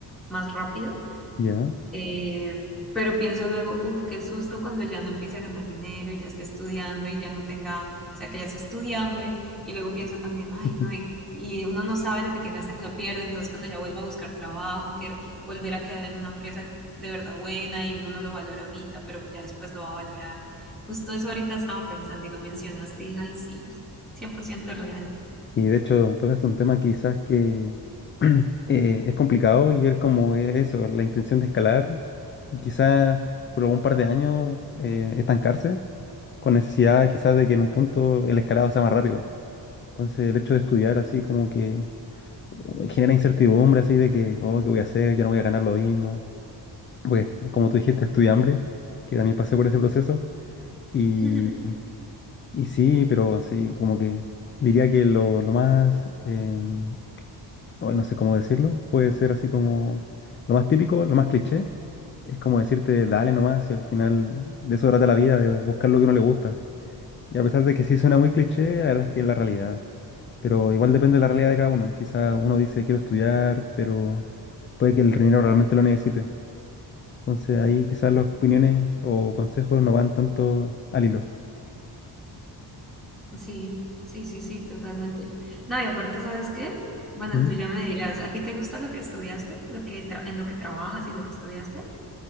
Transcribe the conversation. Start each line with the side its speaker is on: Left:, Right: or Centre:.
Centre: más rápido.
Left: Ya.
Centre: Eh, pero pienso luego, uff, qué susto cuando ya no empiece a ganar dinero y ya esté estudiando y ya no tenga, o sea, que ya sea estudiambre. Y luego pienso también, ay,
Left: <laughs>
Centre: no, y, y uno no sabe lo que tiene hasta que lo pierde. Entonces, cuando ya vuelva a buscar trabajo, que volver a quedar en una empresa de verdad buena y uno no lo valora ahorita, pero ya después lo va a valorar. Justo eso ahorita estaba pensando y lo mencionaste y dije, ay, sí, 100% real.
Left: Y de hecho, tocaste un tema quizás que <clears throat> eh, es complicado y es como e-, eso, la intención de escalar y quizás por un par de años eh, estancarse con necesidad quizás de que en un punto el escalado sea más rápido. Entonces el hecho de estudiar así como que uh, genera incertidumbre así de que, oh, ¿qué voy a hacer? Ya no voy a ganar lo mismo. Voy a est- como tú dijiste, estudié hambre, que también pasé por ese proceso. Y,
Centre: <laughs>
Left: y sí, pero así como que diría que lo, lo más... em, hoy no sé cómo decirlo, puede ser así como lo más típico, lo más cliché, es como decirte dale nomás y al final de eso trata la vida, de buscar lo que uno le gusta. Y a pesar de que sí suena muy cliché, la verdad es que es la realidad. Pero igual depende de la realidad de cada uno. Quizá uno dice quiero estudiar, pero puede que el dinero realmente lo necesite. Entonces ahí quizás las opiniones o consejos no van tanto al hilo.
Centre: Sí, sí, sí, sí, totalmente. No, y aparte, ¿sabes qué? Bueno,
Left: ¿Mm?
Centre: tú ya me dirás, ¿a ti te gusta lo que estudiaste? ¿Lo que tra- en lo que trabajas y lo que estudiaste?